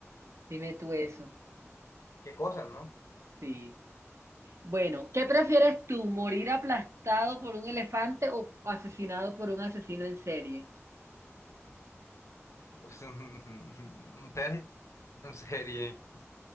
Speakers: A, on the right; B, on the left.
A: Dime tú eso.
B: Qué cosas, ¿no?
A: Sí. Bueno, ¿qué prefieres tú, morir aplastado por un elefante o asesinado por un asesino en serie?
B: Pues, un <laughs> tal- serie.